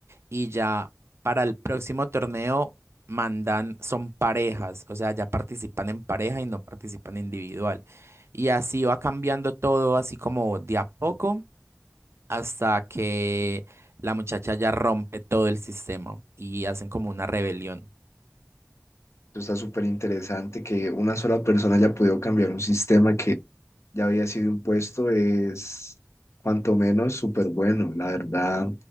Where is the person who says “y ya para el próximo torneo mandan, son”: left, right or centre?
Right